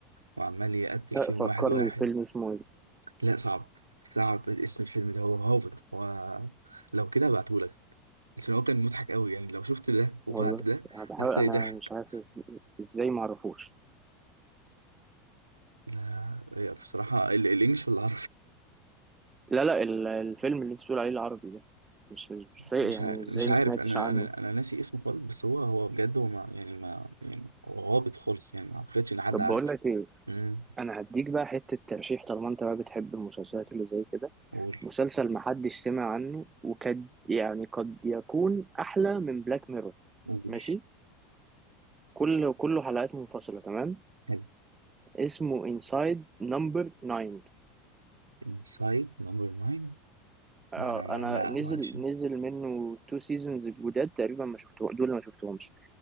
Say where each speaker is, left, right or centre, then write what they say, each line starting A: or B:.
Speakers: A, on the right; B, on the right.
A: وعمال يقتل
B: لا
A: فيهم
B: فكرني
A: واحد واحد
B: فيلم اسمه إيه
A: لا صعب صعب اسم الفيلم ده هو هوبت هو لو كده هبعتهولك بس هو كان مضحك قوي يعني لو شفت ده وبعد
B: والله
A: ده
B: أنا بحاول
A: هتلاقي
B: أنا
A: ضحك
B: مش عارف إز- إزاي معرفوش
A: لا هي بصراحة ال- الانجليش ولا
B: لا لا ال- الفيلم اللي أنت بتقول عليه العربي ده مش مش مش فايق
A: مش
B: يعني
A: ع...
B: إزاي
A: مش عارف
B: ما سمعتش
A: انا
B: عنه
A: انا انا ناسي اسمه خالص بس هو هو بجد هو ما يعني ما يعني هو هابط خالص يعني ما اعتقدش ان حد
B: طب
A: عارفه
B: بقول لك إيه
A: امم
B: أنا هديك بقى حتة ترشيح طالما أنت بقى بتحب المسلسلات اللي زي كده
A: قول
B: مسلسل محدش سمع عنه وكاد يعني قد يكون أحلى من بلاك ميرور
A: قول
B: ماشي كل كله حلقات منفصلة تمام
A: حلو
B: اسمه انسايد نمبر 9
A: انسايد نمبر 9
B: اه
A: ده انا ما
B: انا
A: لا
B: نزل
A: ماشي
B: نزل منه تو سيزونز الجداد تقريبا ما شفتهم دول ما شفتهمش